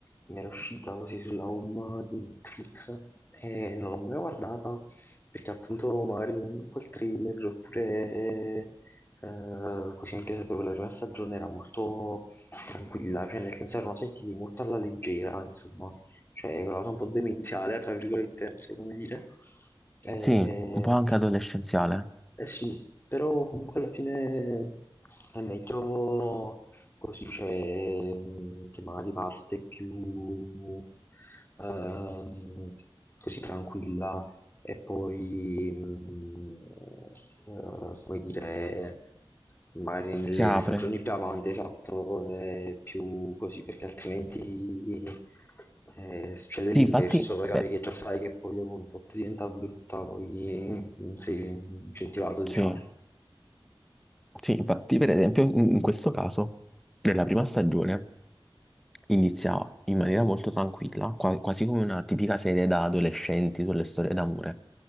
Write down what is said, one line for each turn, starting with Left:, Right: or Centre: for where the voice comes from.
Left: mi era uscita così sulla home di Netflix e non l'ho mai guardata perché appunto magari non un po' il thriller oppure eh, così anche sapevo la prima stagione era molto tranquilla, cioè nel senso erano sentiti molto alla leggera, insomma, cioè è una cosa un po' demenziale, tra virgolette, non so come dire. Eh,
Centre: Sì, un po' anche adolescenziale.
Left: eh sì, però comunque alla fine è meglio Così c'è mm, che magari parte più ehm, così tranquilla e poi, mm, eh, come dire, magari nelle
Centre: Si apre.
Left: stagioni più avanti, esatto, è più così, perché altrimenti eh, succede l'inverso,
Centre: Sì, infatti,
Left: poi capi
Centre: per-
Left: che già sai che poi dopo un tot diventa brutta, poi non sei incentivato, diciamo.
Centre: sì, sì, infatti, per esempio, in in questo caso, nella prima stagione. inizia in maniera molto tranquilla, qua- quasi come una tipica serie da adolescenti sulle storie d'amore.